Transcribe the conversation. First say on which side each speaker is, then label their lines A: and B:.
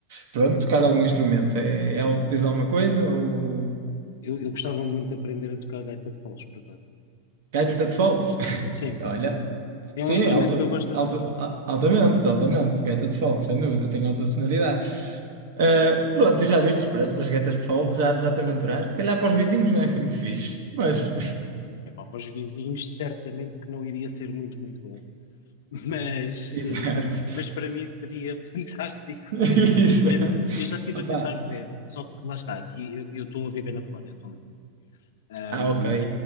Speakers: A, on the right (about 65°); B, on the left (about 80°).
A: pronto, tocar algum instrumento? É, é algo que diz alguma coisa? Ou
B: Eu, eu gostava muito de aprender a tocar gaita de foles, por acaso.
A: gaita de foles? <laughs>
B: Sim,
A: Olha,
B: é
A: sim,
B: um instrumento
A: alto,
B: que eu gosto bastante.
A: alto, al- altamente, altamente, gaita de foles, sem dúvida, tem alta sonoridade. Ah, pronto, e já viste os preços das gaitas de foles? Já, já te aventuraste? Se calhar para os vizinhos não é assim muito fixe, mas,
B: Epá, para os vizinhos, certamente que não iria ser muito, muito bom, <laughs> mas,
A: <laughs> exato,
B: eh, mas para mim seria <laughs> fantástico.
A: <laughs> exato.
B: Eu, eu já estive
A: Opá.
B: a tentar ver, só que lá está, aqui eu eu estou a viver na Polónia atualmente. Ahm,
A: Ah, ok.